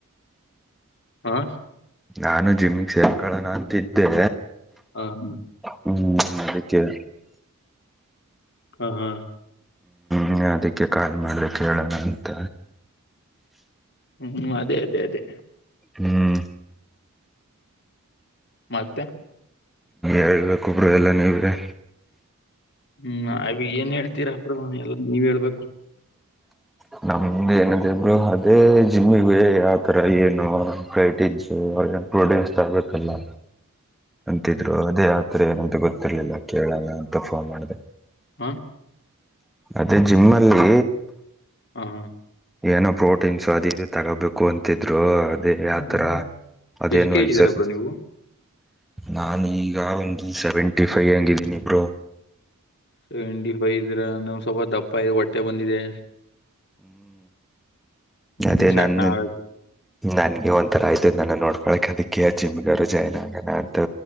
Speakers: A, on the left; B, in the centre.
A: ಹಾ
B: ನಾನು ಜಿಮ್ಮಿಗೆ ಸೇರ್ಕೊಳ್ಳೋಣ ಅಂತಿದ್ದೆ
A: ಹ ಹ್ಮ
B: ಹ್ಮ್ ಅದಕ್ಕೆ
A: ಹ ಹಾ
B: ನೀ ಅದಕ್ಕೆ ಕಾಲ್ ಮಾಡ್ದೆ ಕೇಳೋಣ ಅಂತ
A: ಹ್ಮ್ ಅದೇ ಅದೇ ಅದೇ
B: ಹ್ಮ್
A: ಮತ್ತೆ
B: ಹೇಳ್ಬೇಕುೊಬ್ಬರು ಎಲ್ಲ ನಿವ್ರೆ
A: ಹ್ಮ್ ಅ ಏನ್ ಹೇಳ್ತೀರಾ ಅಬ್ರೋ ಎಲ್ಲಾ ನೀವ್ೇಳ್ಬೇಕು
B: ಅಲ ನಿಮ್ದೇ ಏನಿದೆ ಇಬ್ರು ಅದೇ ಜಿಮ್ಮಿಗೆ ಆತರ ಏನೋ ಕೈಟಿಸು ಪ್ರೊಡ್ಯೂಸ್ ಆಗಬೇ ಲ್ಲ ಅಂತಿದ್ರು ಅದೇ ಆತರ ಏನಂತ ಗೊತ್ತಿರ್ಲಿಲ್ಲ ಕೇಳಣ ಅಂತ ಫೋನ್ ಮಾಡಿದೆ
A: ಹಾ
B: ಅದೇ ಜಿಮ್ಮ್ ಅಲ್ಲಿ
A: ಹಾ
B: ಏನೋ ಪ್ರೋಟೀನ್ಸು ಅದು ಇದು ತಗೋಬೇಕು ಅಂತಿದ್ರು ಅದೇ
A: ಹ್ಮ್
B: ಆಥರ ಅದೇನು
A: ಎಷ್ಟ್ ಕೆಜಿ
B: ವಯಸ
A: ಇದ್ದೀರಾ
B: <unintelligible>
A: ಬ್ರೋ ನೀವು
B: ನಾನು ಇಗ ಒಂದು ಸೆವೆಂಟಿ ಫೈ್ ಹಂಗಿದ್ದೀನಿ ಬ್ರೋ
A: ಹೆಂಡ್ತಿ ಬೈದ್ರೆ ನಮ್ಗೆ ಸ್ವಲ್ಪ ದಪ್ಪ ಇ ಹೊಟ್ಟೆ ಬಂದಿದೆ
B: ಕ್ಯಾತೆ
A: ಹ್ಮ್ ಸಣ್ಣ
B: ನಂದಿನ್
A: ಆಗ್ಬೇಕು
B: ನನ್ಗೆ ಒಂಥರ ಆಯ್ತು ನಾನ ನೋಡ್ಕೊಕ್ ಅದಕ್ಕೆ ಜಿಮ್ಗವರು ಜಾಯ್ನ್ ಆಗೋಣ ಅಂತೊ